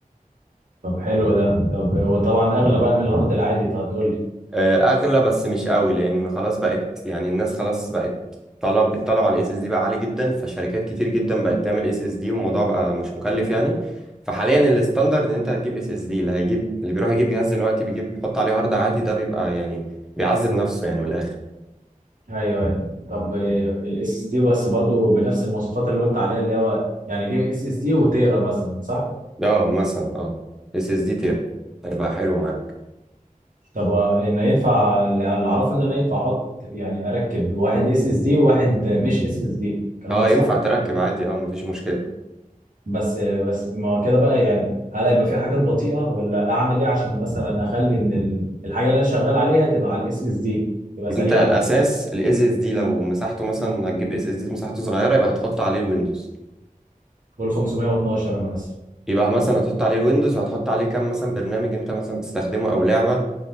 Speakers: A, on the right; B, in the centre.
A: طب حلو ده، طب وطبعا أغلى بقى من الهارد العادي، طب هتقول
B: آه، اغلى بس مش قوي لان خلاص بقت يعني الناس خلاص بقت طلب الطلب على الاس اس دي بقى عالي جدا فشركات كتير جدا بقت تعمل اس اس دي والموضوع بقى مش مكلف يعني فحاليا الستاندرد ان انت هتجيب اس اس دي اللي هيجيب اللي بيروح يجيب جهاز دلوقتي بيجيب بيحط عليه هارد عادي ده بيبقى يعني بيعذب نفسه يعني من الاخر
A: ايوه ايوه طب الاس اس دي بس برضو بنفس المواصفات اللي قلت عليها اللي هو يعني جيب اس اس دي وتيرا مثلا صح؟
B: اه مثلا اه اس اس دي تير هيبقى حلو معاك
A: طب هو انا ينفع اللي اعرفه ان انا ينفع احط يعني اركب واحد اس اس دي وواحد مش اس اس دي الكلام
B: اه
A: ده صح؟
B: ينفع تركب عادي اه مفيش مشكله
A: بس بس ما هو كده بقى يعني هل هيبقى في حاجات بطيئة ولا اعمل ايه عشان مثلا اخلي ان ال- الحاجة اللي انا شغال عليها تبقى على الاس اس دي تبقى
B: ما
A: سريعة
B: انت الاساس الاس اس دي لو مساحته مثلا هتجيب اس اس دي مساحته صغيره يبقى هتحط عليه الويندوز
A: وال 512 مثلا
B: يبقى مثلا هتحط عليه الويندوز وهتحط عليه كام مثلا برنامج انت مثلا بتستخدمه او لعبه